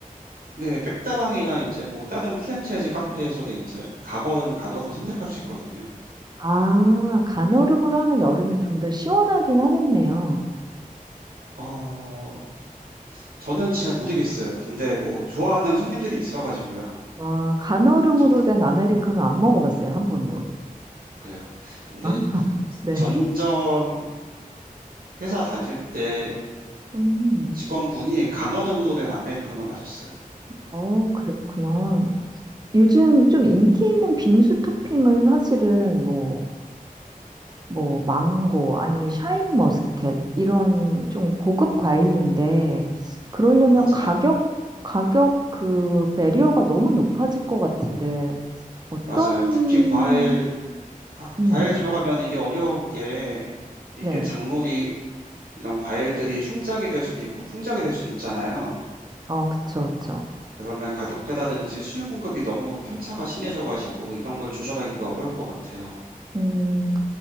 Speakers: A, on the right (about 80°); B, on the right (about 30°).
A: 네, 백다방이나 이제 뭐 다른 프랜차이즈 카페에서도 이제 가거얼음은 간얼음을 선택할 수 있거든요.
B: 아, 간얼음으로 하면 여름에 좀 더 시원하긴 하겠네요.
A: 어, 저는 잘 모르겠어요. 근데 뭐 좋아하는 손님들이 있어가지고요.
B: 아, 간얼음으로
A: 저
B: 된 아메리카노 안 먹어봤어요, 한 번도.
A: 그래요. 근데
B: 아? <laughs>
A: 이-
B: 네.
A: 전전 회사 다닐 때
B: 음,
A: 직원분이 간얼음으로 된 아메리카노만 마셨어요.
B: 어, 그랬구나. 요즘 좀 인기 있는 빙수 토핑은 사실은 뭐, 뭐 망고 아니면 샤인머스켓 이런 좀 고급 과일류인데 그러려면
A: 맞아요.
B: 가격 가격 그 배리어가 너무 높아질 것 같은데 어떤
A: 맞아요. 특히 과일 아,
B: 음,
A: 과일 들어가면 이게 어려운 게 이게
B: 네.
A: 작물이 이런 과일들이 흉작이 될 수도 있고 풍작이 될 수도 있잖아요.
B: 어, 그쵸, 그쵸.
A: 그러면 가격대라든지 수요 공급이 너무 편차가 심해져가지고 이런 걸 조절하기가 어려울 것 같아요.
B: 음,